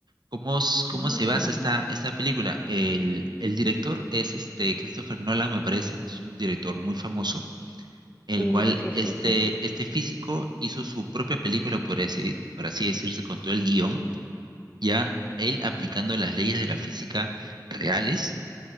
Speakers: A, on the right (about 75°); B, on the left (about 15°).
A: ¿Cómo, s- cómo
B: Mm,
A: se basa esta, esta película? El, el director es este Christopher Nolan, me parece que es un director muy famoso, el
B: sí,
A: cual
B: sí,
A: este,
B: sí, sí.
A: este físico hizo su propia película, por así, por así decirse, con todo el guión ya él aplicando las leyes de la física reales